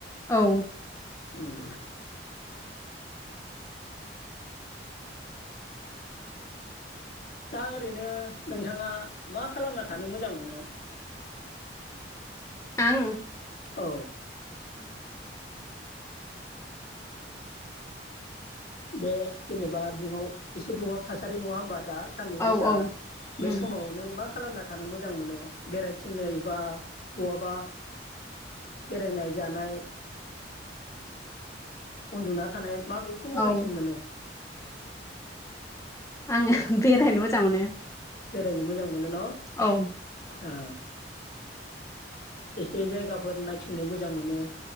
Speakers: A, on the left; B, on the left.
A: औ।
B: उम दा ओरैनो नोंथाङा मा खालामना थानो मोजां मोनो?
A: आं?
B: औ। बे जेनेबा दुंहाव एसे दुंहाव थासारि नङा होमबा? दा सान्दुं
A: औ
B: गोसा
A: औ उम
B: बे समाव नों मा खालामना थानो मोजां मोनो? बेरायथिंनो एबा बहाबा बेरायनाय जानाय, उन्दुना थानाय माबेखौ मोजांसिन
A: औ
B: मोनो?
A: आङो बेरायनो मोजां मोनो।
B: बेरायनो मोजां मोनो न'?
A: औ
B: आ एसे जायगाफोर नायथिंनो मोजां मोनो?